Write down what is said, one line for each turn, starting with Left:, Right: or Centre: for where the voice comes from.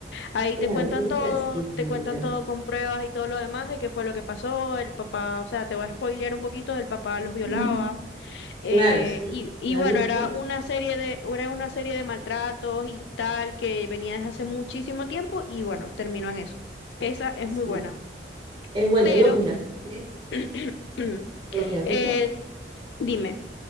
Left: Ahí
Right: Claro,
Left: te cuentan
Right: pero no
Left: todo,
Right: fue así igual.
Left: te cuentan todo con pruebas y todo lo demás de qué fue lo que pasó, el papá, o sea, te va a spoilear un poquito, el papá los violaba,
Right: Ujú.
Left: eh,
Right: Claro, sí.
Left: y, y
Right: Era
Left: bueno,
Right: bien
Left: era
Right: fuerte.
Left: una serie de, era una serie de maltratos y tal que venía desde hace muchísimo tiempo y bueno, terminó en eso. Esa es
Right: sí.
Left: muy buena,
Right: Es bueno,
Left: pero
Right: yo, mira, ¿sabes qué?
Left: <clears throat>
Right: Bueno, mira, justo
Left: eh, dime,